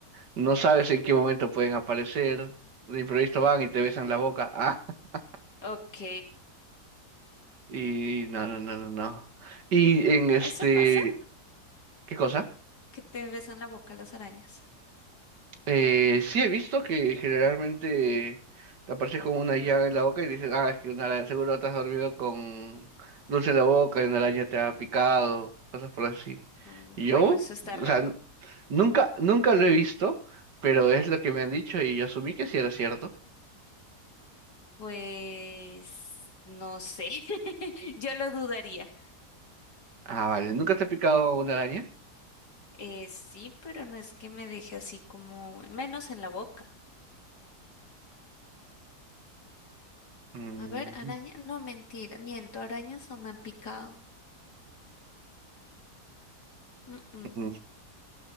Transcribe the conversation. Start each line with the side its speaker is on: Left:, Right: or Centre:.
Right: No sabes en qué momento pueden aparecer. De imprevisto van y te besan la boca. <laughs> Ah,
Left: Ok.
Right: y no, no, no, no, no. Y en este,
Left: ¿Eso pasa?
Right: ¿qué cosa?
Left: ¿Que te besan la boca las arañas?
Right: Eh, sí he visto que generalmente te apareces con una llaga en la boca y dices, ah, es que una ara- seguro te has dormido con dulce en la boca y una araña te ha picado, cosas por así.
Left: Mm,
Right: Y
Left: Bueno,
Right: Yo,
Left: eso está raro.
Right: o sea, n- nunca, nunca lo he visto, pero es lo que me han dicho y yo asumí que sí era cierto.
Left: Pues no sé. <laughs> Yo lo dudaría.
Right: Ah, vale, ¿nunca te ha picado una araña?
Left: Eh, sí, pero no es que me deje así como menos en la boca.
Right: Mm,
Left: A ver, araña, no mentira, miento, arañas no me han picado. Mm, mm.
Right: Mm,